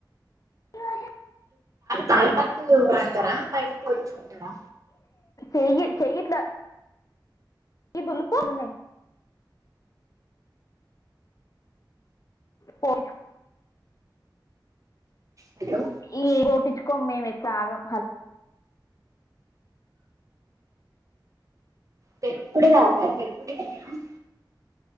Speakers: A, on the left; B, on the right.
A: అ
B: పాల పాకెట్టు వాడతారా బయట పోయించుకుంటారా
A: చెయ్యి చెయ్యిట్ల ఇప్పుడు బర్రె పాలున్నాయి పొయించు
B: హలో
A: ఏవి పోపించుకోము మేము ఏవి తాగాం
B: పెరుగు కూడా తీసుకోరా మీరు